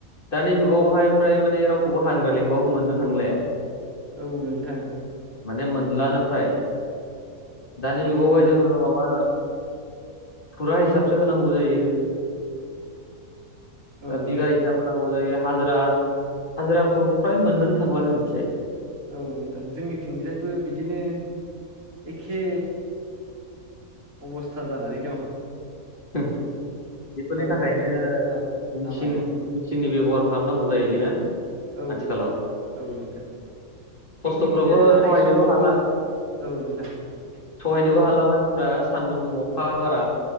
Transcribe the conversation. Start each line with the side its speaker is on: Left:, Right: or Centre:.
Left: दानि जुगावहाय फ्राय माने रावखौबो हाजिरा लेंबाबो मोननो थांले।
Right: औ नोंथां।
Left: माने मोनलानो फ्राय दानि
Right: जोंनिथिंजाय
Left: जुगावहाय जोङो माबा फुरा हिसाबसो होनांगौ जायो। दा
Right: औ
Left: बिघा
Right: नोंथां
Left: हिसाब होनांगौ जायो। हाजिरा हाजिराखौ फ्राय मोननोनो थांला जोंंनिथिजाय।
Right: औ नोंथां जोंनिथिंजायबो बिदिनो एखे अबस्था जानानै दङ।
Left: बेब बेफोरनि थाखायनो
Right: मोननो ना
Left: मिसिन
Right: नामाया
Left: मिसिननि बे गर खामनांगौ जायो बेना
Right: औ
Left: आथिखालाव।
Right: नोंथां औ नोंथां थिग
Left: खस्थ'फ्रावबो
Right: बिदिनो हानाय
Left: समहायनोबो
Right: समावबो
Left: हाला।
Right: औ नोंथां
Left: सहायनोबो
Right: बिदिनो
Left: हाला मानसिफ्रा सान्दुं अखा बारा